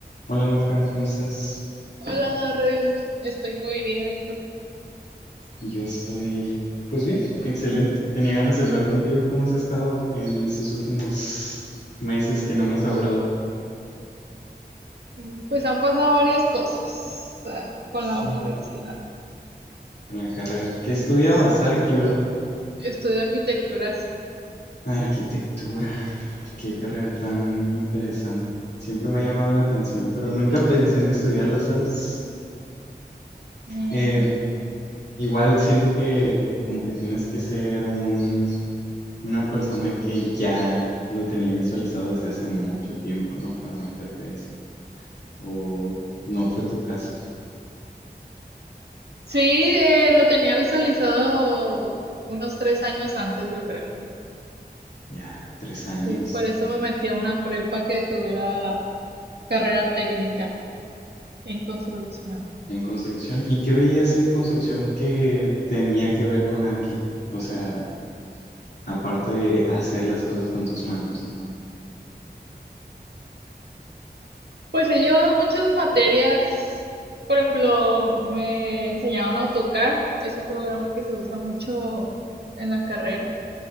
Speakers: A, on the left; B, on the right.
A: Hola Nadja, ¿cómo estás?
B: Hola, Darrell, estoy muy bien, ¿y tú?
A: Yo estoy, pues bien, excelente. Tenía ganas de hablar contigo. ¿Cómo has estado en estos últimos meses que no hemos hablado?
B: Mm, Pues han pasado varias cosas ah, con
A: Sí,
B: la universidad.
A: en la carrera. ¿Qué
B: Mm,
A: estudiabas?
B: s-
A: Arqui, ¿verdad?
B: Estudio arquitectura, sí.
A: Arquitectura. Qué carrera tan interesante. Siempre me ha llamado la atención, pero nunca pensé en estudiarla, ¿sabes?
B: Mm,
A: Eh, igual siento que como que tienes que ser un Una persona que ya lo tenía visualizado desde hace mucho tiempo, ¿no? Para meterte a eso. O no fue tu caso.
B: Sí, eh, lo tenía visualizado unos tres años antes, yo creo.
A: Ya, tres años
B: Sí, por eso me metí a una prepa que tuviera carrera técnica en construcción.
A: en construcción. ¿Y qué veías en construcción que tenía que ver con Arqui? O sea, aparte de hacer las cosas con tus manos, ¿no?
B: Pues he llevado muchas materias. Por ejemplo, me enseñaron AutoCAD, es un programa que se usa mucho en la carrera.